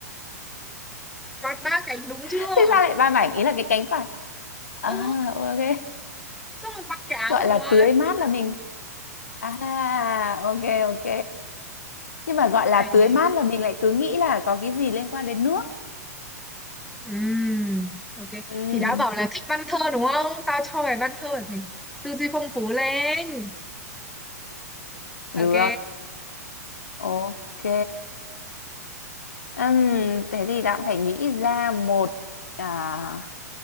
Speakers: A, in the centre; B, on the left.
A: quạt ba cánh đúng
B: <laughs>
A: chưa
B: Thế sao lại ba mảnh ý là cái cánh quạt? À,
A: ừ
B: ok.
A: xong rồi mặc cái áo
B: Gọi
A: ở
B: là
A: ngoài
B: tưới
A: luôn,
B: mát là mình. À, ok, ok. nhưng mà gọi là
A: phải
B: tưới mát là mình lại cứ nghĩ là có cái gì liên quan đến nước
A: Ừm, ok
B: Ừ.
A: thì đã bảo là thích văn thơ đúng không tao cho mày văn thơ mày phải tư duy phong phú lên
B: được
A: ok
B: ok Ừm, thế thì đã phải nghĩ ra một à,